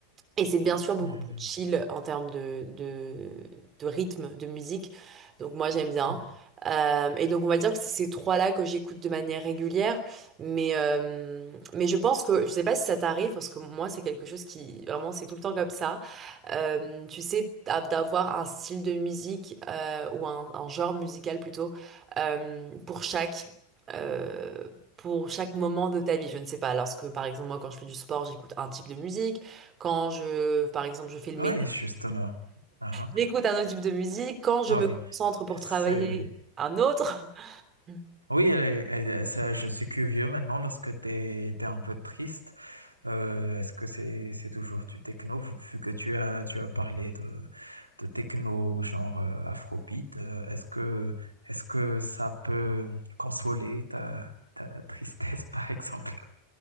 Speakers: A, on the right; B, on the right.
A: Et c'est bien sûr beaucoup
B: Mhm.
A: plus chill en termes de, de, de rythme, de musique. Donc moi j'aime bien.
B: Mhm.
A: Euh, et donc on va dire que c'est ces trois-là que j'écoute de manière régulière. Mais, euh, mais je pense que, je sais pas si ça t'arrive, parce que moi c'est quelque chose qui, vraiment c'est tout le temps comme ça euh, tu sais, d'a- d'avoir un style de musique euh, ou un, un genre musical plutôt euh, pour chaque euh, pour chaque moment de ta vie. Je ne sais pas, lorsque par exemple moi quand je fais du sport, j'écoute un type de musique. Quand je par exemple je fais le ménage,
B: Oui, justement. Ah, ah.
A: j'écoute un autre type de musique. Quand je
B: Ah
A: me
B: Ouais.
A: concentre pour
B: C'est
A: travailler, un autre. <laughs>
B: Oui, elle est- elle est- ça, je suis curieux maintenant, lorsque tu es, un peu triste, euh, est-ce que c'est c'est toujours du techno, vu vu que tu as, tu as parlé de, de techno genre euh, Afrobeat, euh, est-ce que, est-ce que ça peut consoler ta, ta tristesse, <laughs> par exemple?